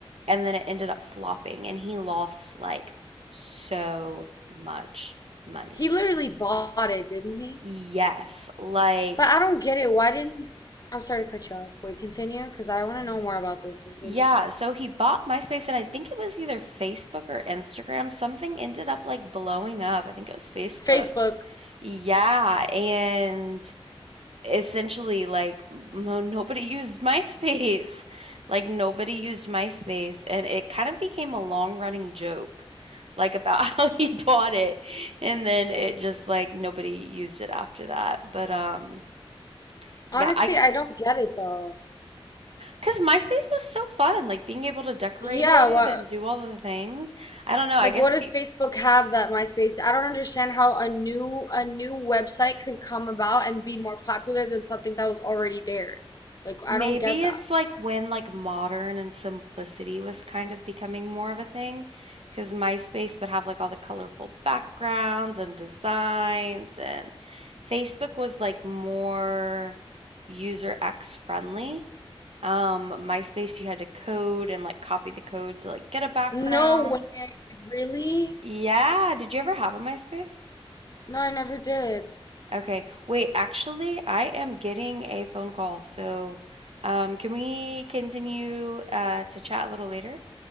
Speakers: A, on the right; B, on the left.
A: and then it ended up flopping and he lost like so much money.
B: He literally bought it, didn't he?
A: Yes, like,
B: But I don't get it. Why didn't I'm sorry to cut you off. Wait, continue, because I want to know more about this. This is
A: yeah.
B: interesting.
A: So he bought MySpace and I think it was either Facebook or Instagram. Something ended up like blowing up. I think it was Facebook.
B: Facebook.
A: Yeah. And essentially like mo nobody used MySpace. <laughs> Like nobody used MySpace and it kind of became a long-running joke like about <laughs> how he bought it and then it just like nobody used it after that. But um
B: Honestly,
A: yeah, I
B: I don't get it though.
A: because MySpace was so fun, like being able to decorate
B: Yeah,
A: it
B: what
A: and do all the things. I don't know, I
B: like
A: guess
B: what did
A: people
B: Facebook have that MySpace? I don't understand how a new a new website could come about and be more popular than something that was already there. Like I
A: Maybe
B: don't get that.
A: it's like when like modern and simplicity was kind of becoming more of a thing, because MySpace would have like all the colorful backgrounds and designs, and Facebook was like more user X friendly. Um, MySpace, you had to code and like copy the code to like get a background.
B: No way. Really?
A: Yeah, did you ever have a MySpace?
B: No, I never did.
A: Okay. Wait, actually, I am getting a phone call. So, um, can we continue uh to chat a little later?